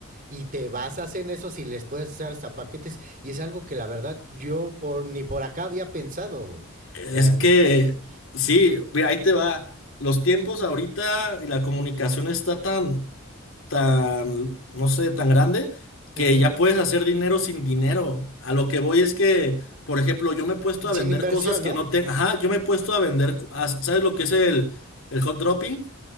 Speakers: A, on the right; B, on the left.
A: Y te basas en eso si les puedes hacer hasta paquetes. Y es algo que la verdad yo por, ni por acá había pensado, güey. O
B: Es
A: sea,
B: que
A: ¿me entiendes?
B: sí, mira, ahí te va. Los tiempos ahorita y la comunicación está tan, tan, no sé, tan grande
A: Ujú.
B: que ya puedes hacer dinero sin dinero. A lo que voy es que, por ejemplo, yo me he puesto a
A: Sin
B: vender
A: inversión,
B: cosas que
A: ¿no?
B: no te, ajá, yo me he puesto a vender, co- ah, ¿sabes lo que es el, el hot dropping?